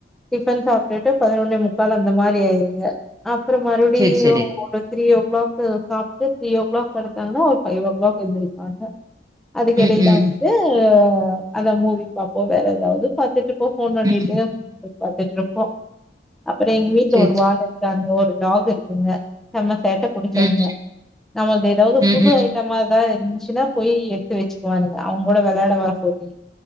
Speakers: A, in the centre; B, on the right.
A: டிஃபன் சாப்புடுட்டு பதினொன்னேமுக்கால் அந்த மாரி ஆயிருங்க. அப்ரோ மறுபடியு
B: சேரி சேரி
A: ஒருத்திரீயோ. கிளாக் சாப்புட்டு த்ரீ ஓ கிளாக் படுத்தாங்கனா ஒரு பைவ்ஓ கிளாக் எந்திரிப்பாங்க. அதுகெடையில
B: ம் ம்
A: வந்து. அத மூவி பாப்போ வேற ஏதாவது பாத்துட்டு. இப்போ போன்னோண்டிட்டு
B: ம்
A: பாத்துட்ருப்போ. போ. அப்ரோ எங்க வீட்டுல
B: சேரி
A: ஒரு வாளு இருக். அங்க ஒரு டாக் இருக்குங்க செம. சேட்ட புடுச்சவங்க.
B: ம்
A: நமக்கு ஏதாவது
B: ம்
A: புது
B: ம்
A: ஐட்டமாதா. இனிஷியல போய் எடுத்து வச்சுக்குவானுங்க அவங்க கூட வெளையாட வர சொல்லி.